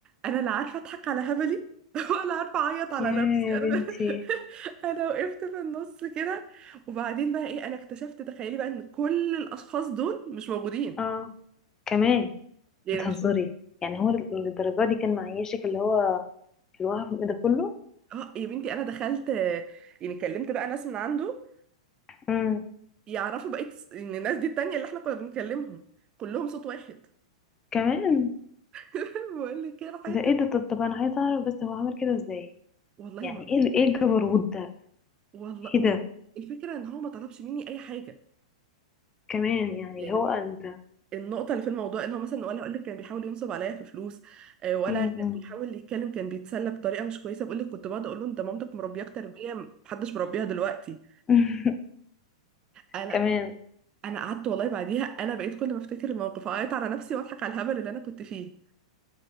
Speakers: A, on the right; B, on the left.
A: انا لا عارفه اضحك على هبلي <laughs> ولا عارفه اعيط على
B: يا
A: نفسي انا
B: بنتي
A: <laughs> انا وقفت في النص كده وبعدين بقى ايه انا اكتشفت تخيلي بقى ان كل الاشخاص دول مش موجودين
B: اه كمان
A: يعني
B: بتهزري
A: مش
B: يعني هو للدرجة دي كان معيشك اللي هو في الوقف ده كله
A: اه يا بنتي انا دخلت آه، يعني كلمت بقى ناس من عنده
B: امم
A: يعرفوا بقيت س- ان الناس دي التانية اللي احنا كنا بنكلمهم كلهم صوت واحد
B: كمان
A: <laughs> بقول لك كده حته
B: ده ايه ده طب طب انا عايزه اعرف بس هو عامل كده ازاي
A: والله
B: يعني
A: ما
B: ايه ال- ايه الجبروت ده
A: والله
B: ايه ده
A: الفكره ان هو ما طلبش مني اي حاجه
B: كمان يعني
A: يعني
B: اللي هو انت
A: النقطة اللي في الموضوع ان هو مثلا ولا اقول لك كان بيحاول ينصب عليا في فلوس آه، ولا
B: امم
A: كان بيحاول يتكلم كان بيتسلى بطريقة مش كويسة بقول لك كنت بقعد اقول له انت مامتك مربياك تربية محدش مربيها دلوقتي
B: <laughs>
A: انا
B: كمان
A: انا قعدت والله بعديها انا بقيت كل ما افتكر الموقف اعيط على نفسي واضحك على الهبل اللي انا كنت فيه